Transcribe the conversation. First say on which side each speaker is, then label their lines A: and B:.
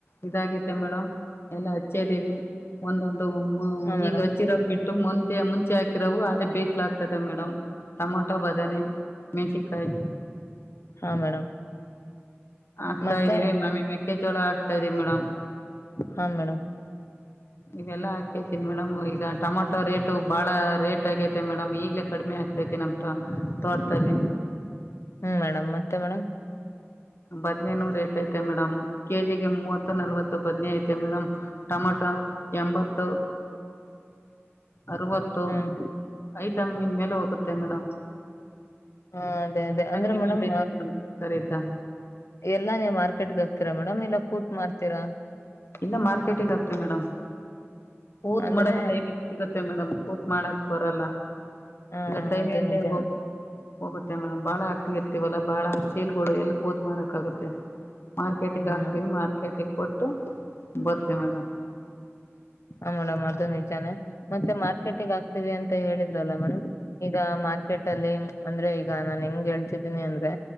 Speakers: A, on the left; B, on the left.
A: ಇದಾಗೈತೆ ಮೇಡಮ್. ಎಲ್ಲ ಹಚ್ಚ್ದೀವಿ ಒಂದೊಂದು
B: ಹಾ ಮೇಡಮ್
A: ಈಗ ಹಚ್ಚಿರೋ ಬಿಟ್ಟು. ಇಷ್ಟ್ಟುಕ್ ಮುಂಚೆ ಹಾಕಿರೋವು ಆಲೇ ಬೇಕಲಾಗತೈದೆ ಮೇಡಮ್ ಟಮೊಟೋ ಬದನೆ. ಮೆನ್ಸಿನಕಾಯಿ.
B: ಹಾ ಮೇಡಮ್.
A: ಆಕ್ತಾ
B: ಮತ್ತೆ
A: ಇದ್ದೀವಿ ಆಮೇಲೆ ಮೆಕ್ಕೆಜೋಳ ಹಾಕ್. ಹಾಕ್ತಾದೀವಿ ಮೇಡಮ್.
B: ಹಾ ಮೇಡಮ್
A: ಇವೆಲ್ಲ ಹಾಕೈತೇ ಮೇಡಮ್. ಮೇಡಮ್ ಈಗ ಟೊಮಾಟೊ ರೇಟು ಬಹಳ ರೇಟ್ ಆಗೈತೆ ಮೇಡಮ್ ಈಗ್ಲೇ ಕಡಿಮೆ ಆಗ್ತೈತಿ ಮೇಡಮ್ ನಮ್ಮ ತೋಟದಲ್ಲಿ.
B: ಹ್ಮ್ ಮೇಡಮ್ ಮತ್ತೆ ಮೇಡಮ್.
A: ಬದ್ನೇನೂ ರೇಟ್ ಐತೆ ಮೇಡಮ್ ಕೆಜಿಗೆ ಮೂವತ್ತು ನಲ್ವತ್ತು ಬದ್ನಿ ಐತೆ ಮೇಡಮ್ ಟಮಟೊ ಎಂಬತ್ತು. ಅರವತ್ತು
B: ಹ್ಮ್
A: ಐಟ್. ಐಟಮನ್ನ್ ಮೇಲೇ ಹೋಗೋತ್ತೇ. ಮೇಡಮ್
B: ಹ ಅದೇ ಅದೇ ಅಂದ್ರೆ
A: ಚೆಮೆಂ
B: ಮೇಡಮ್
A: ಐತೆ ಮೇಡ್ ತರಕ ತ್ತ
B: ಎಲ್ಲಾ ನೀವ್ ಮಾರ್ಕೆಟ್ಗೆ ಹಾಕ್ತೀರಾ ಮೇಡಮ್ ಇಲ್ಲ ಕೂತ್ ಮಾರ್ತೀರಾ.
A: ಇಲ್ಲ ಮಾರ್ಕೆಟಿಗೆ ಹಾಕ್ತಿವಿ ಮೇಡಮ್. ಕೂತ್
B: ಅಂದ್ರೆ
A: ಮಾಡಕೆ ಟೈಮ್ ಎಲ್ಲಿ ಸಿಗುತ್ತೆ ಮೇಡಮ್ ಕೂತ್ ಮಾಡಕೆ ಬರಲ್ಲ
B: ಹ
A: ಇಲ್ಲ ಟೈಮ
B: ಅದು
A: ಅಲ್ಲೇ
B: ನಿಜಾನ
A: ಹೋಗುತ್ತೇ. ಹೋಗುತ್ತೆ ಮೇಡಮ್ ಬಾಳ ಹಾಕ್ತಿರ್ತೀವಲ್ಲ ಬಾಳ ಚೀಲ್ಗಳು ಎಲ್ಲುಕ್. ಕೂತ್ ಮಾರಕ್ ಆಗುತ್ತೆ ಮಾರ್ಕೆಟ್ ಗೆ ಹಾಕ್ತಿವಿ
B: ಹ
A: ಮಾರ್ಕೆಟ್ಗೆ. ಕೊಟ್ಟು. ಬರ್ತೀವಿ ಮೇಡಮ್
B: ಹ ಮೇಡಮ್ ಅದು ನಿಜಾನೇ ಮತ್ತೆ ಮಾರ್ಕೆಟಿಗೆ ಹಾಕ್ತೀವಿ ಅಂತ ಹೇಳಿದ್ರಲ್ಲ ಮೇಡಮ್ ಈಗ ಮಾರ್ಕೆಟ್ ಅಲ್ಲಿ ಅಂದ್ರೆ ಈಗ ನಾನು ಹೆಂಗ್ ಹೇಳ್ತಿದ್ದೀನಿ ಅಂದ್ರೆ